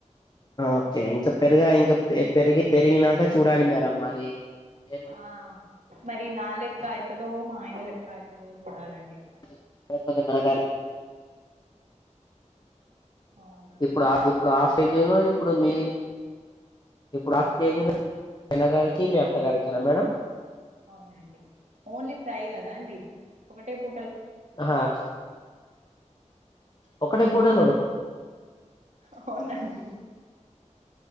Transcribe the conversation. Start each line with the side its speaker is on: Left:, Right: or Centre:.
Left: ఓకే ఇంకా పెరుగా ఇంకా పెరిగి పెరిగినాక చూడాలి మేడమ్ మరి ఏమంటారు
Right: ఆ మరి నాలెక్క అవుతదో మా ఆయన లెక్క అవుతుదో చూడాలండి
Left: <unintelligible>
Right: అవును
Left: ఇప్పుడు
Right: నేను ఎక్కువ
Left: ఇప్పుడా
Right: తింటాను
Left: హాఫ్ కేజీలో
Right: కదా
Left: ఇప్పుడు మీ ఇప్పుడు హాఫ్ కేజీలో
Right: ఆ
Left: ఆయనగారికి మీ అత్తగారికేనా మేడం
Right: అవునండి ఓన్లీ ఫ్రై కదా అండి ఒకటే పు
Left: ఆహా ఒకటె పూటల
Right: అవునండి